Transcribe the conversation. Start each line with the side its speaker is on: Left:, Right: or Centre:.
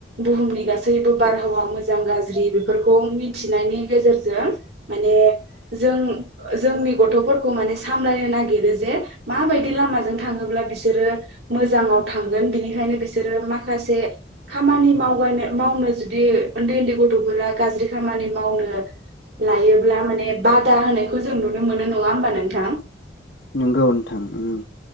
Right: बुहुमनि गासैबो बारहावा मोजां गाज्रि बेफोरखौ मिथिनायनि गेजेरजों माने जों जोंनि गथ'फोरखौ माने सामलायनो नागिरो जे माबायदि लामाजों थाङोब्ला बिसोरो मोजाङाव थांगोन बिनिखायनो बिसोरो माखासे खामानि मावनो मावनो जुदि उन्दै उन्दै गथ'फोरखौ रा गाज्रि खामानि मावनो लायोब्ला माने बादा होनायखौ जों नुनो मोनो नङा होमबा नोंथां?
Left: नंगौ नोंथां उम।